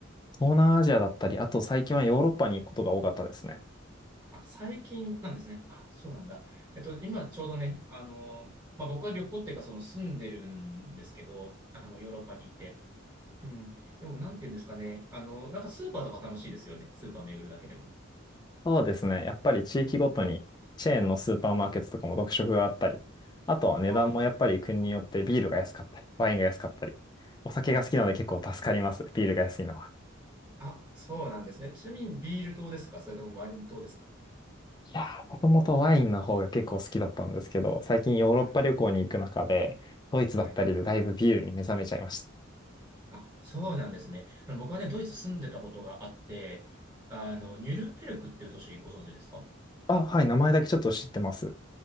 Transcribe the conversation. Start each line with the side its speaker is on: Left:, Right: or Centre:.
Left: 東南アジアだったり、あと最近はヨーロッパに行くことが多かったですね。
Right: あ、最近なんですね。あ、そうなんだ。えっと、今ちょうどね、あの、まあ、僕は旅行っていうかその住んでるんですけど、あの、ヨーロッパにいて。うん。でもなんていうんですかね。あの、なんかスーパーとか楽しいですよね。スーパー巡るだけでも。
Left: そうですね。やっぱり地域ごとにチェーンのスーパーマーケットとかも特色があったり、あとは値段もやっぱり国によってビールが安かったり、
Right: あ
Left: ワインが安かったり、お酒が好きなので結構助かります。
Right: あ、はい。
Left: ビールが安いのは。
Right: あ、そうなんですね。ちなみにビール島ですかそれともワイン島ですか
Left: いやー、もともとワインの方が結構好きだったんですけど、最近ヨーロッパ旅行に行く中で、
Right: はい。
Left: ドイツだったりでだいぶビールに目覚めちゃいました。
Right: はい。あ、そうなんですね。あの、僕はね、ドイツ住んでたことがあって、あの、ニュルンベルクっていう都市ご存知ですか
Left: あ、はい、名前だけちょっと知ってます。